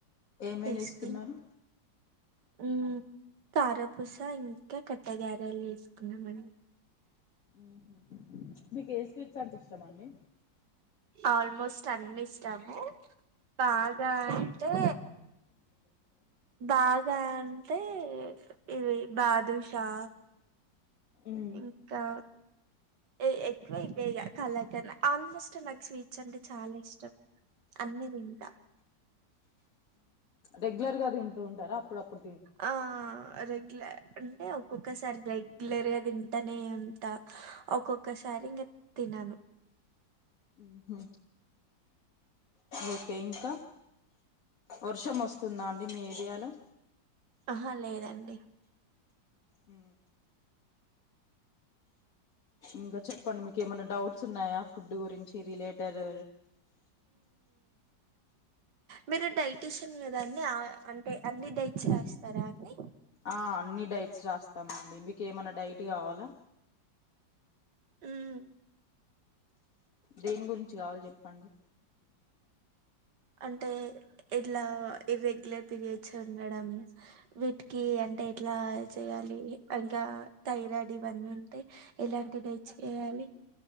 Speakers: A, on the left; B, on the right.
A: ఏమేం
B: తీసుకుని
A: చేసుకున్నారు
B: ఉమ్ కారపూస ఇంక కట్టె గారలు చేసుకున్నామండి
A: ఊహు మీకే స్వీట్స్ అంటిష్టమండి
B: ఆల్మోస్ట్ అన్నిష్టము బాగా అంటే బాగా అంటే ఇవి బాదుషా
A: ఉమ్
B: ఇంకా ఏ ఎక్కువ ఇవే ఇగ కలకండ ఆల్మోస్ట్ నాకు స్వీట్స్ అంటె చాలా ఇష్టం అన్నీ దింట
A: రెగ్లర్ గా తింటూ ఉంటరా అప్పుడప్పుడ
B: ఆ రెగ్లర్ అంటే ఒక్కొక్కసారి రెగ్లర్గ తింటనే ఉంటా ఒక్కొక్కసారి ఇంగ తినను
A: ఊహు ఓకే ఇంక వర్షం ఒస్తుందా అండి మీ ఏరియాలో
B: అహా లేదండి
A: ఊ ఇంక చెప్పండి మీకేమన్నా డౌట్స్ ఉన్నాయా ఫుడ్డు గురించి రిలేటర్
B: మీరు డైటిషియన్ గదా అండి ఆ అంటే అన్ని డైట్సె రాస్తరా అండి
A: ఆ అన్ని డైట్స్ రాస్తమండి మీకేమన్న డైట్ గావాలా
B: ఉమ్
A: దేని గురించి గావాల్జెప్పండి
B: అంటే ఇట్లా ఇర్రెగ్యులర్ పీరియడ్స్ ఉండడం వీటికి అంటే ఎట్లా చెయాలి ఇంకా థైరాయిడ్ ఇవన్నుంటే ఎలాంటి డైట్ చేయాలి